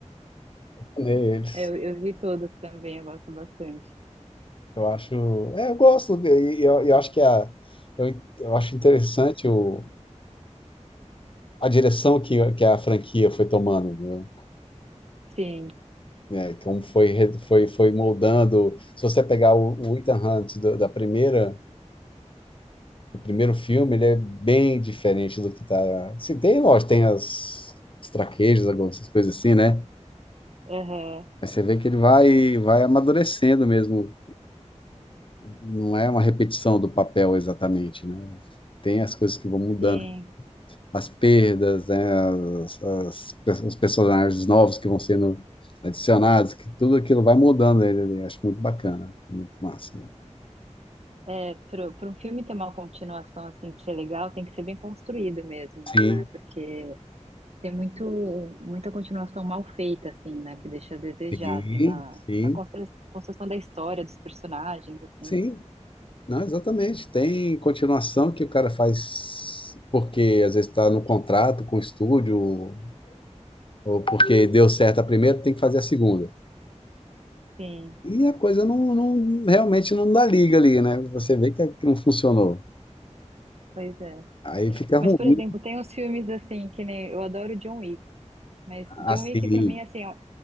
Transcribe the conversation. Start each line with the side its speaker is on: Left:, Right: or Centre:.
Left: Neles.
Right: É, Eu, eu vi todas também, eu gosto bastante.
Left: Eu acho, é, eu gosto e e eu, eu acho que é a eu, eu acho interessante o, a direção que, que a franquia foi tomando. né?
Right: Sim,
Left: né, que um foi, re- foi, foi moldando. Se você pegar o, o Ethan Hunt do- da primeira, do primeiro filme, ele é bem diferente do que tá. Se tem, lógico, tem as, os traquejos, algumas coisas assim, né?
Right: Aham,
Left: Mas você vê que ele vai, vai amadurecendo mesmo. Não é uma repetição do papel exatamente, né? Tem as coisas que vão mudando.
Right: sim.
Left: as perdas, né, as, as, pe- os personagens novos que vão sendo adicionados, que tudo aquilo vai mudando ele ali. Acho muito bacana, muito massa.
Right: É, para um filme ter uma continuação assim de ser legal, tem que ser bem construído mesmo,
Left: Sim,
Right: né? Porque tem muito, muita continuação mal feita, assim, né? Que deixa a desejar,
Left: sim,
Right: assim, na,
Left: sim,
Right: na constru- construção da história, dos personagens, assim.
Left: sim. Não, exatamente. Tem continuação que o cara faz porque às vezes está no contrato com o estúdio, ou porque deu certo a primeira, tem que fazer a segunda.
Right: Sim,
Left: E a coisa não, não- realmente não dá liga ali, né? Você vê que, é que não funcionou.
Right: pois é.
Left: Aí fica ruim,
Right: Mas, por exemplo, tem uns filmes assim, que nem eu adoro John Wick, mas
Left: assim,
Right: John Wick, pra mim, assim, é